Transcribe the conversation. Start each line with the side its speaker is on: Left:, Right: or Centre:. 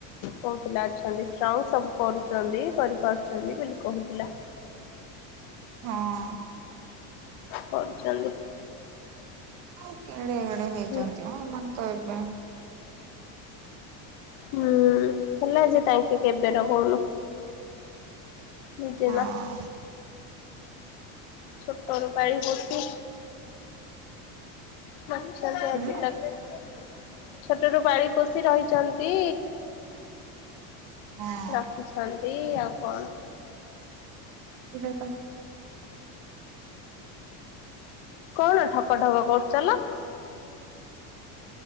Left: କହୁଥିଲା ଅଛନ୍ତି ଷ୍ଟ୍ରଙ୍ଗ୍ ସବୁ କରୁଛନ୍ତି କରିପାରୁଛନ୍ତି ବୋଲି କହୁଥିଲା।
Right: ହଁ
Left: କରୁଛନ୍ତି।
Right: ଓକେ। ଏଡେ ଏଡେ
Left: ହେଲା
Right: ହେଇଛନ୍ତି ମ ଏମାନେ ତ ଏବେ।
Left: ହୁଁ ଉଁ-ଉଁ ହେଲା ଯେ ତାଙ୍କେ କେବେର କହୁନ? ଜେଜେମା।
Right: ହଁ।
Left: ଛୋଟରୁ ପାଳି ପୋଷି ଅଛନ୍ତି ଆଜିକା
Right: ହୁଁ
Left: <inaudible> ଛୋଟରୁ ପାଳି ପୋଷି ରହିଛନ୍ତି।
Right: ହଁ
Left: ରଖିଛନ୍ ଏଇ ଆଉ କଣ।
Right: <unintelligible> ତ
Left: କଣ ଠକ ଠକ କରୁଚଲ?